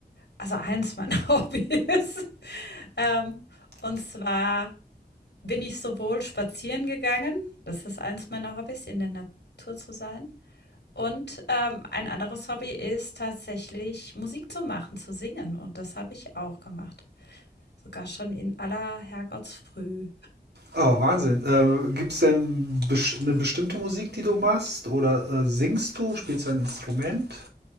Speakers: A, on the left; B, on the right.
A: Also eins meiner <laughs> Hobbys. Ähm, und zwar bin ich sowohl spazieren gegangen, das ist eins meiner Hobbys, in der Natur zu sein. Und ähm, ein anderes Hobby ist tatsächlich Musik zu machen, zu singen. Und das habe ich auch gemacht. Sogar schon in aller Herrgottsfrüh.
B: Oh, Wahnsinn. Äh, gibt es denn bes- eine bestimmte Musik, die du machst? Oder äh, singst du? Spielst du ein Instrument?